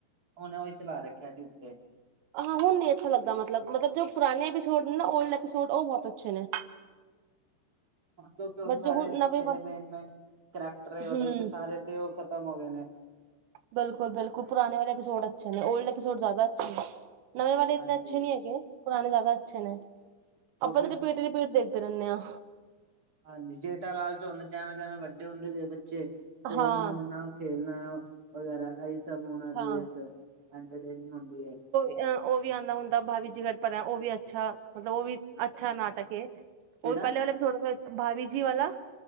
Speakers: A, on the right; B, on the right.
A: ਹੁਣ ਉਹੀ ਚਲਾ ਰੱਖਿਆ ਜੀ ਉੱਤੇ।
B: ਹਾਂ ਹੁਣ ਨੀ ਅੱਛਾ ਲੱਗਦਾ ਮਤਲਬ, ਮਤਲਬ ਜੋ ਪੁਰਾਣੇ ਐਪੀਸੋਡ ਨੇਂ ਨਾ ਓਲਡ ਐਪੀਸੋਡ ਉਹ ਬਹੁਤ ਅੱਛੇ ਨੇ।
A: ਹਾਂ ਕਿਉਂਕਿ ਹੁਣ
B: ਬਟ
A: ਸਾਰੇ
B: ਜੋ
A: ਜਿਹੜੇ
B: ਨਵੇਂ
A: ਮੇਨ ਮੇਨ ਕਰੈਕਟਰ ਉਹਦੇ
B: ਹੂੰ
A: ਚ ਸਾਰੇ ਤੇ ਉਹ ਖ਼ਤਮ ਹੋ ਗਏ ਨੇ।
B: ਬਿਲਕੁਲ ਬਿਲਕੁਲ ਪੁਰਾਣੇੇ ਵਾਲੇ ਐਪੀਸੋਡ ਅਛੇ ਨੇ ਓਲਡ ਐਪੀਸੋਡ ਜ਼ਿਆਦਾ ਅੱਛੇ ਨੇ। ਨਵੇਂ ਵਾਲੇ ਇਤਨੇ
A: ਹਾਂਜੀ
B: ਅੱਛੇ ਨਈਂ ਹੈਗੇ, ਪੁਰਾਣੇ ਜ਼ਿਆਦਾ ਅੱਛੇ ਨੇ
A: ਕਿਉਂਕਿ
B: ਆਪਾਂ ਤਾਂ ਰਿਪੀਟ-ਰਿਪੀਟ ਦੇਖ ਦੇ ਰੇਣੇ ਆਂ।
A: ਹਾਂਜੀ ਜੇਠਾ ਲਾਲ ਚ ਹੁਣ ਜੈਵੇਂ ਜੈਵੇਂ ਵੱਡੇ ਹੁੰਦੇ ਗਏ ਬੱਚੇ ਤੇ
B: ਹਾਂ
A: ਉਹਨਾਂ ਨੇ ਨਾਲ ਖੇਲਣਾ ਵਗੈਰਾ ਇਹ ਸਭ ਉਹਨਾਂ ਦੀ
B: ਹਾਂ
A: ਇੱਕ ਐਂਟਰਟੇਨਿੰਗ ਹੁੰਦੀ ਐ।
B: ਅ ਉਹ ਵੀ ਆਂਦਾ ਹੁੰਦਾ ਭਾਵੀ ਜੀ ਗਰ ਪਰ ਹੈਂ ਉਹ ਵੀ ਅੱਛਾ, ਮਤਲਬ ਉਹ ਵੀ ਅੱਛਾ ਨਾਟਕ ਐ।
A: ਕਿਹੜਾ
B: ਉਹ ਵੀ ਪਹਿਲੇ ਵਾਲਾ ਏਪੀਸੋਡ ਭਾਵੀ ਜੀ ਵਾਲਾ